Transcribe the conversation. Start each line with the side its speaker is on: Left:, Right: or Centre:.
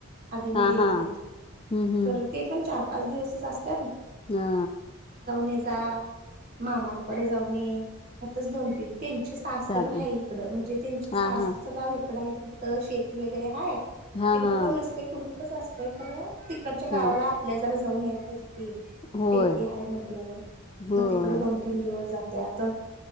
Right: आधीमधी
Left: हा
Right: येत
Left: हा
Right: नाइत.
Left: हम्म हम्म
Right: खरं ते पण चार पाच दिवसच असत्यात.
Left: हा.
Right: हेजा मा हमानकडे जाऊ ये हतच दोन तीन त्यांचे सासर
Left: चालतंय
Right: हाय इकडं म्हणजे त्यांचे
Left: हा
Right: सासरचं
Left: हा
Right: गाव कडाय तिथ शेती वगैरे हाय.
Left: हा
Right: तिकडं
Left: हा
Right: कोण नसते कुणी तसं असतंय खरं तिकडच्या गावाला
Left: हा
Right: आपल्या जरा जाऊन याय पाईजे.
Left: होय
Right: शेती ह म्हण मग
Left: हो
Right: तिकड
Left: हा
Right: दोन तीन दिवस जात त्या आ तर